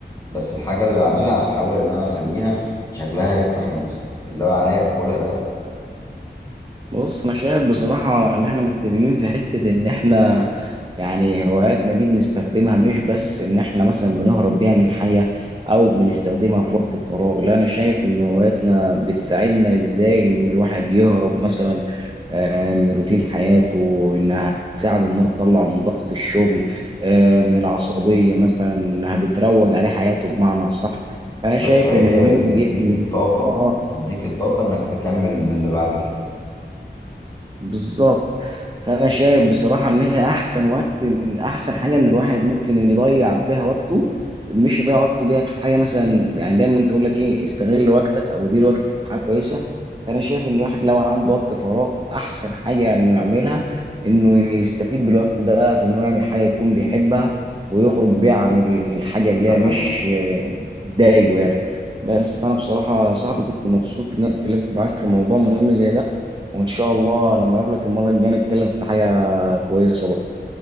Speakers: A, on the left; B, on the right.
A: بس الحاجة اللي بعملها احاول ان انا اخليها شكلها يفتح النفس اللي هو عينيا تاكلها الاول
B: بص انا شايف بصراحه ان احنا متفقين في حته ان احنا يعني هواياتنا دي بنستخدمها مش بس ان احنا مثلا بنهرب بيها من حياة او بنستخدمها في وقت الفراغ لا انا شايف ان هواياتنا بتساعدنا ازاي ان الواحد يهرب مثلا آه، من روتين حياته انها تساعده انها تطلعه من ضغط الشغل آه، من العصبية مثلا انها بتروج عليه حياته بمعنى صح فانا
A: يا
B: شايف
A: باشا هي
B: ان مهم
A: اللي بتديك
B: جدا
A: الطاقة
B: اه
A: بتديك الطاقة انك تكمل اللي بعد كده
B: بالظبط فانا شايف بصراحه ان هي احسن وقت إن- احسن حاجه ان الواحد ممكن يضيع بيها وقته مش يضيع وقته بيها في حاجه مثلا يعني دايما تقول لك ايه استغل وقتك او دير وقتك في حاجه كويسه فانا شايف ان الواحد لو عنده وقت فراغ احسن حاجه انه يعملها انه يستفيد بالوقت ده في انه يعمل حاجه يكون بيحبها ويخرج بيها عن الحاجه اللي
A: ده
B: هي
A: حقيقي
B: مش آه، بتضايقه يعني بس فانا بصراحه يا صاحبي كنت مبسوط ان انا اتكلمت معاك في موضوع مهم زي ده وان شاء الله لما اقابلك المره الجايه نتكلم في حاجه كويسه برضه.